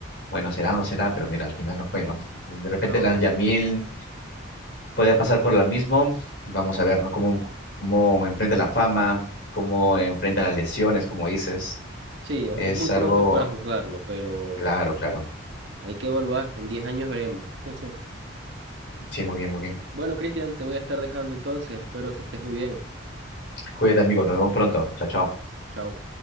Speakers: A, on the left; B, on the right.
A: bueno, será o no será, pero mira, al final no fue, ¿no? De repente
B: No.
A: la Yamil puede pasar por la misma. Vamos a ver, ¿no? Cómo, cómo enfrenta la fama, cómo enfrenta las lesiones, como dices.
B: Sí, es
A: Es
B: es muy pronto
A: algo,
B: para juzgarlo, pero
A: claro, claro.
B: hay que evaluar. En 10 años veremos. <laughs>
A: Sí, muy bien, muy bien.
B: Bueno, Cristian, te voy a estar dejando entonces. Espero que estés muy bien.
A: Cuídate, amigo. Nos vemos pronto. Chao, chao.
B: Chao.